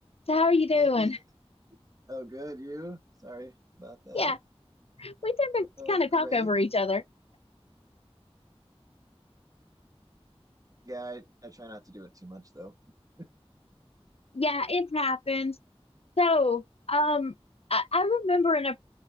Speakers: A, on the left; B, on the right.
A: So how are you doing?
B: Hey, oh good, you? Sorry about that.
A: Yeah, we tend to
B: Going
A: kind of
B: great.
A: talk over each other.
B: Yeah, I, I try not to do it too much though. <laughs>
A: Yeah, it happens. So, um, I, I remember in a